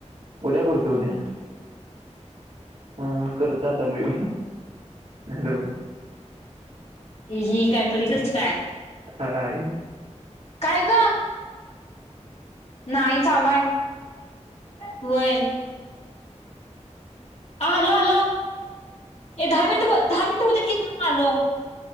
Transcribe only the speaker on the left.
ह ह काय परीकडची
काय ग नाही लय होय हॅलो हॅलो ए दहा मिनिट दहा मिनिट होतीत कि ाम आलो